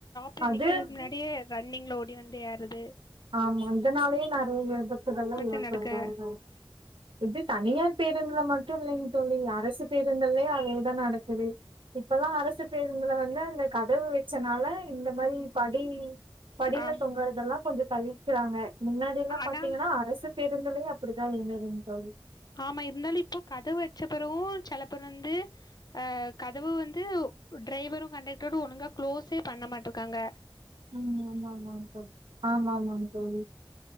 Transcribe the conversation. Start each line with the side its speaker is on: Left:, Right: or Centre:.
Left: ல
Right: அது
Left: நிக்கிறதுக் முன்னாடியே ரன்னிங்ல ஓடி வந்து ஏறது
Right: ஆமா இதனாலயே நறைய விபத்துகள்லா
Left: விபத்து
Right: ஏற்படுதோ
Left: நடக்கு
Right: இதோ இது தனியார் பேருந்துல மட்டூ இல்லைங் தோழி அரசு பேருந்தல்லே அதேதா நடக்குது இப்பல்லா அரசு பேருந்துல வந் த இந்த கதவு வச்சனால இந்த மாரி படி படில
Left: ஆம்
Right: தொங்கறதல்லா <unintelligible> க்கிறாங்க முன்னாடிலா
Left: ஆனா
Right: பாத்தீங்கன்னா அரசு பேர் ந்திலயூ அப்டிதா <unintelligible> தோழி
Left: ஆமா இருந்தாலு இப்போ கதவு வச்ச பிறவூ செல பேர் வந்து ஆ கதவு வந்து டிரைவரூ கண்டக்டரூ ஒழுங்கா கு்ளோஸே பண்ண மாட்டிருக்காங்க
Right: ம் ஆமா ஆமா ஆமா ஆமா ஆமாங் தோழி